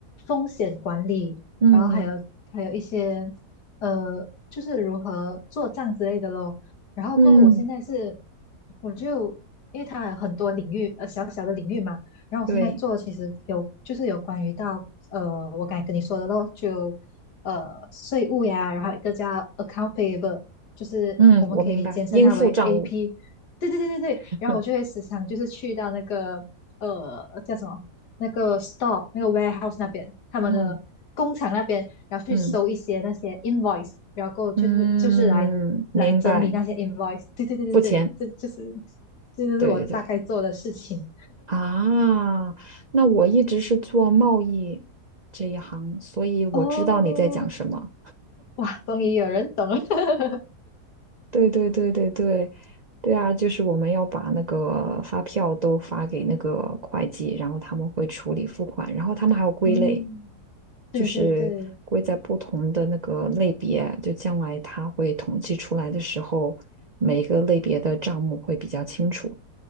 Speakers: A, on the left; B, on the right.
A: 风险管理，
B: 嗯
A: 然后还有还有一些呃就是如何做账之类的咯。然后过后我现在是
B: 嗯，
A: 我就因为它有很多领域呃小小的领域嘛，然后我现在做其实有就是有关于到呃我刚才跟你说的咯，
B: 对，
A: 就呃税务呀，然后一个叫 account payable，就是我们可以简称它为
B: 嗯，我明白，应付账务。
A: AP。对对对对对，
B: <laughs>
A: 然后我就会时常就是去到那个呃叫什么那个 store 那个 warehouse 那边，他们的工厂那边，
B: 嗯
A: 然后去收一些那些
B: 嗯。
A: invoice，然后就是就是来来整理那些
B: 嗯，明白，
A: invoice。对对对对对，
B: 付钱，
A: 这就是这就是我大概做的事情。
B: 对对对，啊，那我一直是做贸易这一行，所以我知道你在讲什么。
A: 哦，哇，终于有人懂了。<laughs>
B: 对对对对对对啊，就是我们要把那个发票都发给那个会计，然后他们会处理付款，然后他们还有归类，
A: 嗯，
B: 就是归在不同的那个类别，
A: 对对对，
B: 就将来他会统计出来的时候，每个类别的账目会比较清楚。